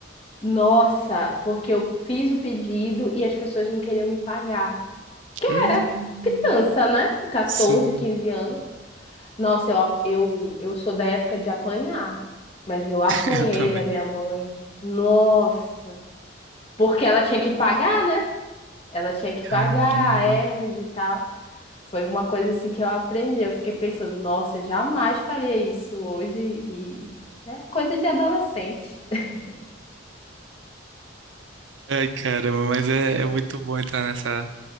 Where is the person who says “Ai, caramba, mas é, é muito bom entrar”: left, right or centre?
Right